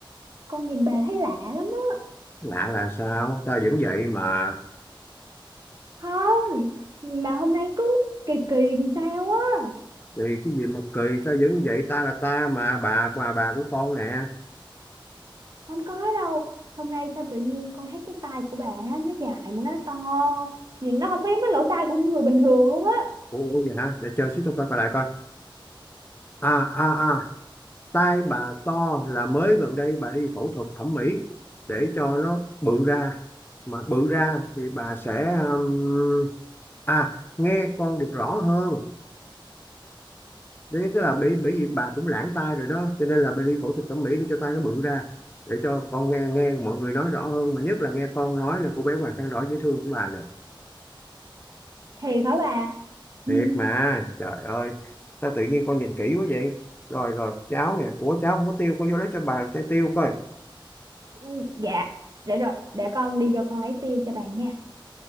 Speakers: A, on the right; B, on the left.
A: con nhìn bà thấy lạ lắm á
B: lạ là sao ta vẫn vậy mà
A: không mà hôm nay cứ kỳ kỳ làm sao á
B: thì cái gì mà kỳ ta vẫn vậy ta là ta mà bà bà bà của con nè
A: không có đâu hôm nay sao tự nhiên con thấy cái tay của bà á, nó dài mà nó to nhìn nó không có giống cái lỗ tai của người bình thường luôn á
B: ủa ủa vậy hả để chơi xíu tôi coi coi lại coi à à à tai bà to là mới gần đây bà đi phẫu thuật thẩm mỹ để cho nó bự ra mà bự ra thì bà sẽ um, à nghe con được rõ hơn đấy tức là bị bởi vì bà cũng lãng tai rồi đó cho nên là bà đi phẫu thuật thẩm mỹ để cho tai nó bự ra để cho con nghe nghe mọi người nói rõ hơn mà nhất là nghe con nói là cô bé Hoàng Khang đỏ dễ thương của bà nè
A: thiệt hả bà <laughs>
B: thiệt mà trời ơi sao tự nhiên con nhìn kỹ quá vậy rồi rồi cháo nè ủa cháo không có tiêu con vô lấy cho bà trái tiêu coi
A: Ừ, dạ để rồi để con đi vô con lấy tiêu cho bà nha